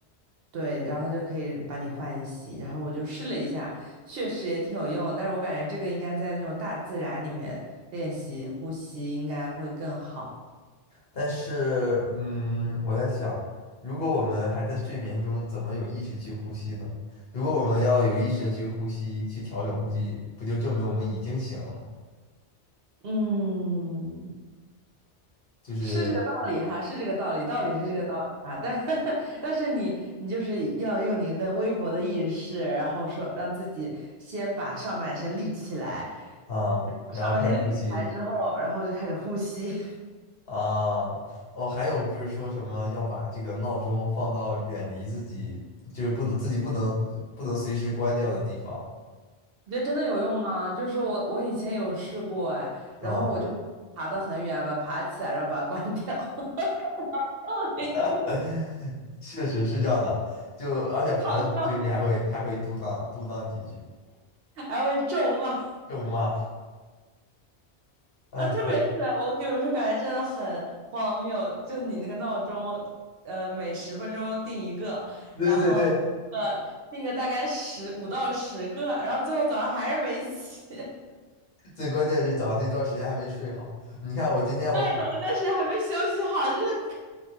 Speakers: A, on the right (about 60°); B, on the left (about 60°).
A: 对，然后它就可以把你唤醒。然后我就试了一下，确实也挺有用的，但是我感觉这个应该在那种大自然里面练习呼吸，应该会更好。
B: 但是嗯，我在想，如果我们还在睡眠中，怎么有意识去呼吸呢？如果我们要有意识的去呼吸，去调整呼吸，不就证明我们已经醒了吗？
A: 嗯，
B: 就是
A: 是这个道理哈，是这个道理，道理是这个道理哈。但 <laughs> 但是你你就是要用你那微薄的意识，然后说让自己先把上半身立起来，
B: 啊，然后开始呼吸
A: 上半身立起来之后，然后就开始呼吸。<laughs>
B: 啊。哦，还有不是说什么要把这个闹钟放到远离自己，就是不能自己不能不能随时关掉的地方。
A: 你觉得真的有用吗？就是我我以前有试过哎，然后我就爬得很远，
B: 嗯，
A: 把它爬起来，然后把它关掉，<laughs> 然后回去
B: <laughs> 确实是这样的，就而且爬的时候嘴里还会还会嘟囔嘟囔几句，
A: 床上还会咒骂
B: 咒骂，哎，
A: 啊！特别是我有时说，
B: <laughs> 可
A: 感觉真的很荒谬，就你那个闹钟，呃，每十分钟定一个，
B: 对对对，
A: 然后呃定个大概十五到十个，然后最后早上还是没起，<laughs> 对，
B: 最关键是早上那段时间还没睡好。你看我今天我本
A: 早上但是还没休息好，就是